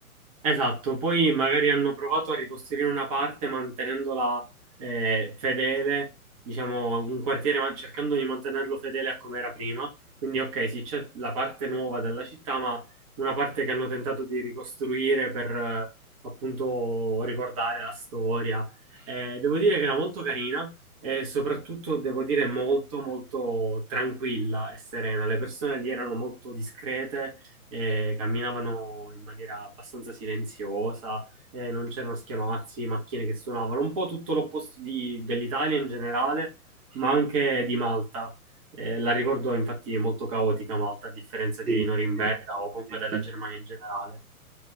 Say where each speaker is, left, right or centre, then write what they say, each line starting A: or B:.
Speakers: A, on the right; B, on the right.
A: Esatto, poi magari hanno provato a ricostruire una parte mantenendola eh, fedele, diciamo un quartiere ma- cercando di mantenerlo fedele a come era prima. Quindi ok, sì, c'è la parte nuova della città, ma una parte che hanno tentato di ricostruire per eh, appunto ricordare la storia. Eh, devo dire che era molto carina e soprattutto devo dire molto molto tranquilla e serena. Le persone lì erano molto discrete eh, camminavano in maniera abbastanza silenziosa, eh, non c'erano schiamazzi, macchine che suonavano, un po' tutto l'opposto di- dell'Italia in generale, ma anche di Malta. Eh, la ricordo infatti molto caotica Malta, a differenza di
B: Sì,
A: Norimberga
B: sì,
A: o comunque
B: sì,
A: della
B: sì,
A: Germania
B: sì,
A: in generale.